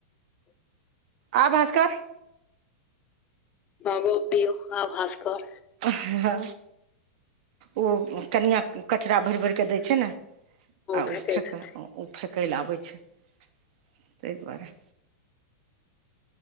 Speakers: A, on the right; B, on the left.
A: आ भास्कर।
B: ह गप्प दिऔ आ भास्कर।
A: ह ओ कनिआ कचरा भरि- भरिके दै छै ने। आ
B: फेकैत
A: ओ फेकय
B: हेतै
A: ओ फेकय लए आबै छै ताहि दुआरे।